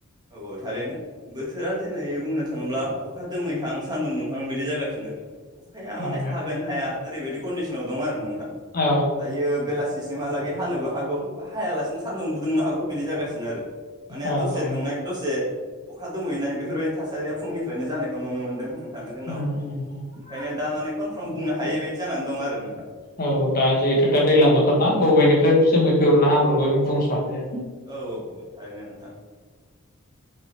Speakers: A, on the right; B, on the left.
A: औ औ थारैनो बोथोरा दिनै बुंनो थाङो थाङोब्ला अखा दोमैहां सान्दुं दुंहां बिदि जागासिनो अखाया माने
B: आं
A: हागोन हाया ओरैबायदि कन्डिसनाव दं आरो <unintelligible>
B: औ
A: दायो बेलासि सिमहालागै हानोबो हागौ ब हायालासिनो सान्दुंबो दुंनो हागौ बिदि जागासिनो आरो माने
B: औ
A: दसे
B: औ
A: दसे अखा दोमैनाय बेफोरबायदि थासारिया फुंनि फायनो जानायखौ नुनो मोनदों थाङो जोंनाव
B: उम
A: ओंखायनो
B: उम
A: दा माने कनफारम बुंनो हायि बायदि जानानै दं आरो नोंथां
B: औ दा जिहेथु दा दैलां बोथोरना बबेनिफ्राय जोमै <unintelligible> हाब्रुखौनो बुंस' हाया
A: औ औ औ थारैनो नोंथां